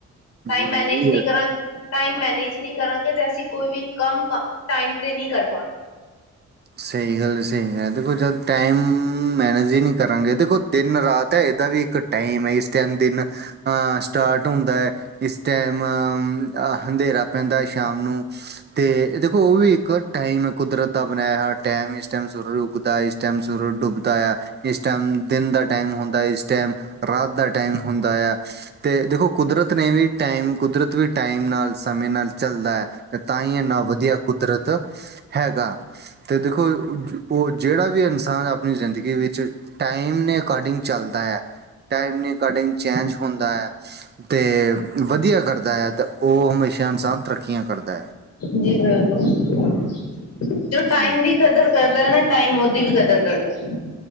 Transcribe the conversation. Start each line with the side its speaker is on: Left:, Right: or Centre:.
Left: ਟਾਈਮ
Right: ਜ਼ਰੂਰੀ
Left: ਮੈਨੇਜ ਨਹੀਂ
Right: ਹੈ
Left: ਕਰਾਂਗੇ ਟਾਈਮ ਮੈਨੇਜ ਨਹੀਂ ਕਰਾਂਗੇ, ਤੇ ਅਸੀਂ ਕੋਈ ਵੀ ਕੰਮ ਟਾਈਮ ਤੇ ਨ ਕਰ ਪਾਂਗੇ।
Right: ਸਹੀ ਗੱਲ ਸਹੀ ਹੈ, ਦੇਖੋ ਜਦ ਟਾਈਮ ਮੈਨੇਜ ਹੀ ਨਹੀਂ ਕਰਾਂਗੇ, ਦੇਖੋ ਦਿਨ ਰਾਤ ਹੈ, ਇਹਦਾ ਵੀ ਇੱਕ ਟਾਈਮ, ਇਸ ਟਾਈਮ ਦਿਨ ਸਟਾਰਟ ਹੁੰਦਾ ਹੈ। ਇਸ ਟਾਈਮ ਹ, ਅੰਧੇਰਾ ਪੈਂਦਾ ਸ਼ਾਮ ਨੂੰ। ਤੇ, ਦੇਖੋ ਉਹ ਵੀ ਇੱਕ ਟਾਈਮ ਹੈ, ਕੁਦਰਤ ਦਾ ਬਣਾਇਆਾ ਟਾਈਮ, ਇਸ ਟਾਈਮ ਸੁਰਜ ਉੱਗਦਾ, ਇਸ ਟਾਈਮ ਸੁਰਜ ਡੁੱਬਦਾ ਆ। ਇਸ ਟਾਈਮ ਦਿਨ ਦਾ ਟਾਈਮ ਹੁੰਦਾ, ਇਸ ਟਾਈਮ ਰਾਤ ਦਾ ਟਾਈਮ ਹੁੰਦਾ ਆ, ਤੇ ਦੇਖੋ ਕੁਦਰਤ ਨੇ ਵੀ ਟਾਈਮ, ਕੁਦਰਤ ਵੀ ਟਾਈਮ ਨਾਲ, ਸਮੇਂ ਨਾਲ ਚੱਲਦਾ ਹੈ, ਤੇ ਤਾਂ ਹੀ ਇੰਨਾ ਵਧੀਆ ਕੁਦਰਤ ਹੈਗਾ, ਤੇ ਦੇਖੋ ਉਹ ਜਿਹੜਾ ਵੀ ਇਨਸਾਨ ਆਪਣੀ ਜ਼ਿੰਦਗੀ ਵਿੱਚ, ਟਾਈਮ ਦੇ ਅਕੋਡਿੰਗ ਚੱਲਦਾ ਹੈ ਟਾਈਮ ਨ ਅਕਾਡਿੰਗ ਚੇਂਜ ਹੁੰਦਾ ਹੈ ਤੇ ਵਧੀਆ ਕਰਦਾ ਹੈ, ਤੇ ਉਹ ਹਮੇਸ਼ਾ ਇਨਸਾਨ ਤਰੱਕੀਆਂ ਕਰਦਾ ਹੈ।
Left: ਜੀ ਬਿਲਕੁਲ, ਜੋ ਟਾਈਮ
Right: ਜੀ
Left: ਦੀ ਕਦਰ ਕਰਦਾ ਨਾ, ਟਾਈਮ ਉਹਦੀ ਵੀ ਕਦਰਮ ਕਰਦਾ।